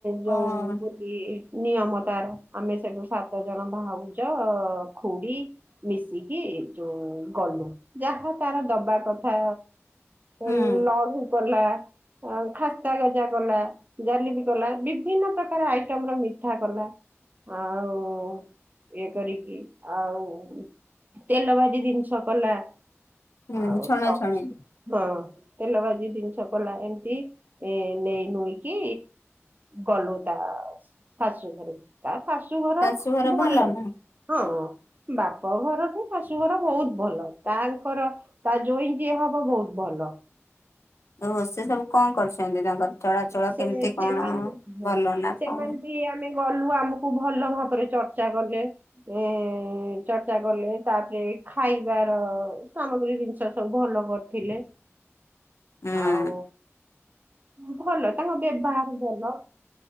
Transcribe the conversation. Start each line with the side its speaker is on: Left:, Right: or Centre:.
Right: ଯୋଉ
Left: ହଁ
Right: ବୋଲି ନିୟମ ତାର ଆମେ ସେଠୁ ସାତ ଜଣ ଭାଉଜ ଖୁଡି ମିଶିକି ଯୋଉ ଗଲୁ ଯାହା ତାର ଦବା କଥା
Left: ହୁଁ
Right: ଏଲ ଆ ହୁପଲା <unintelligible> ଓ ଖାସ୍ତା ଗଜା କଲା ଜଲବିି କଲା ବିଭିନ୍ନ ପ୍ର କାର ଆଇଟମ ର ମିଠା କଲା ଆଉ ଇଏ କରିକି ଆଉ ତେଲ ଭାଜି ଜିନିଷ କଲା ଆଉ
Left: ହୁଁ ଛଣାଛଣି
Right: ସବୁ ହଁ ତେଲ ଭାଜି ଜିନିଷ କଲା ଏମିତି ଏ ନେଇ ନୁଇକି ଗଲୁ ତା ଶାଶୂ ଖୁଡ଼ି ତା ଶା ଘର
Left: ଶାଶୁଘର
Right: ଭଲ
Left: ନା?
Right: ହଁ ବାପ ଘର ତ ଶାଶୁଘର ବହୁତ ଭଲ ତାଙ୍କର ତା ଜ୍ୱଇଁ ଯିଏ ହବ ବହୁତ ଭଲ
Left: ଓହୋ ସେ ସବୁ କଣ କରୁଛନ୍ତି ତାଙ୍କର ଚଳାଚଳ
Right: ସେ
Left: କେମିତି
Right: ସେମାନେ
Left: କଣ ଭଲ ନା
Right: ସେମାନେ
Left: କଣ?
Right: ବି ଆମେ ଗଲୁ ଆମକୁ ଭଲ ଭାବ ତାପରେ ଚର୍ଚ୍ଚା କଲେ ଏଁ ଚର୍ଚ୍ଚା କଲେ ତାପରେ ଖାଇବାର ସାମଗ୍ରୀ ଜିନିଷ ସବୁ ଭଲ କରିଥିଲେ।
Left: ଉଁ
Right: ଆଉ
Left: ।
Right: ଭଲ ତାଙ୍କ ବ୍ୟବହାର ଭଲ।